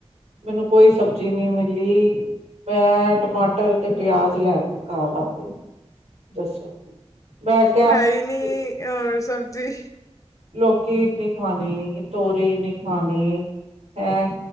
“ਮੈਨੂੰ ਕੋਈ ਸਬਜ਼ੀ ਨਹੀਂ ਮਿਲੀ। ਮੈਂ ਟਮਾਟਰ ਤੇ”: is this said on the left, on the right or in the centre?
Right